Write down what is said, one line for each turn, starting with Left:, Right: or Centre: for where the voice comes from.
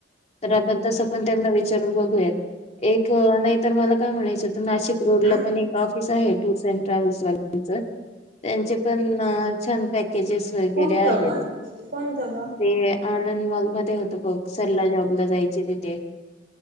Left: तर आपण तसं पण त्यांना विचारून बघूयात एक नाही तर मला काय म्हणायचं नाशिक रोडला
Right: म
Left: पण एक ऑफिस आहे टूर्स अँड ट्रॅव्हल्सच त्यांचे पण छान पॅकेजेस वगैरे
Right: कोणतं
Left: आहेत
Right: ग कोणतं ग
Left: ते आंद तर बघ सरला जॉबला जायचे तिथे